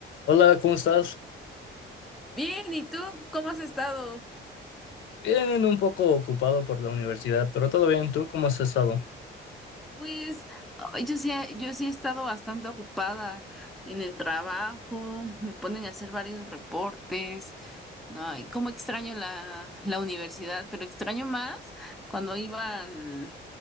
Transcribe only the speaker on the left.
Hola, ¿cómo estás?
Bien, un poco ocupado por la universidad, pero todo bien. ¿Tú cómo has estado?